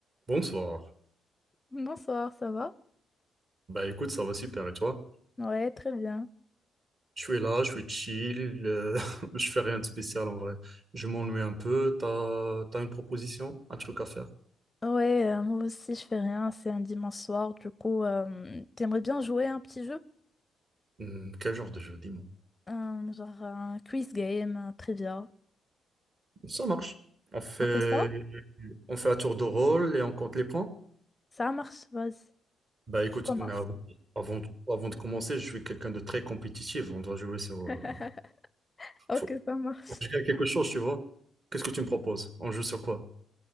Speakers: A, on the right; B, on the left.
A: Bonsoir.
B: Bonsoir, ça va?
A: Bah écoute, ça va super et toi?
B: Ouais, très bien.
A: Je suis là, je suis chill, euh, <laughs> je fais rien de spécial en vrai. Je m'ennuie un peu, t'as, t'as une proposition, un truc à faire?
B: Ouais, euh, moi aussi je fais rien, c'est un dimanche soir, du coup, euh, t'aimerais bien jouer à un petit jeu?
A: Hmm, quel genre de jeu, dis-moi.
B: Un- genre un quiz game, un trivia.
A: Ça marche. On fait,
B: On fait ça?
A: on fait un tour de rôle et on compte les points?
B: Ça marche, vas-y,
A: Bah écoute,
B: tu commences.
A: mais avant, avant, avant de commencer, je suis quelqu'un de très compétitif, on doit jouer sur...
B: <laughs>
A: euh,
B: Ok,
A: faut,
B: ça marche.
A: faut que je gagne quelque chose, tu vois? Qu'est-ce que tu me proposes? On joue sur quoi?